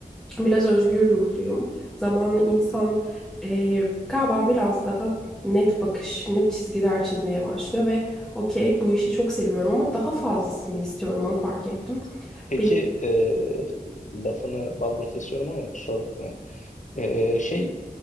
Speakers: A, in the centre; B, on the left (about 50°).
A: Biraz özgür ruhluyum. Zamanlı insan eee, galiba biraz daha net bakış, net çizgiler çizmeye başlıyor ve okey bu işi çok seviyorum ama daha fazlasını istiyorum onu fark ettim.
B: Peki
A: Bir,
B: e, lafını balla kesiyorum ama kusura bakma. Ee, şey